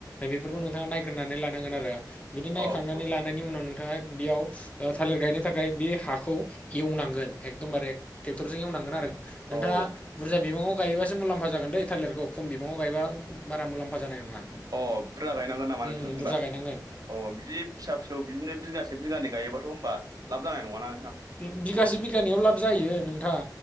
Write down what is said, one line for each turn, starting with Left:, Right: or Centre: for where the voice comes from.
Left: बेफोरखौ नोंथाङा नाय्रनानै लांगोन आरो बिदि नायखांनानै
Right: औ औ
Left: लानायनि उनाव नोंथाङा बियाव ओ थालिर गायनो थाखाय बे हाखौ एवनांगोन एकदमबारे ट्रेक्टरजों एवनांगोन आरो नोंथाङा
Right: औ
Left: बुरजा बिबाङाव गायोबासो मुलामफा <unintelligible> थालिरखौ खम बिबांङाव गायबा मारा मुलाम्फा जानाय नङा
Right: अ बुरजा गायनांगोन नामा नोंथां
Left: उम
Right: होनोमबा?
Left: बुरजा गायनांगोन
Right: अ बिदि फिसा फिसौ बिदिनो बिगासे बिगानै गायोबाथ' होमबा लाब जानाय नङाना नोंथां?
Left: बिगासे बिगानैयाव लाब जायो नोंथां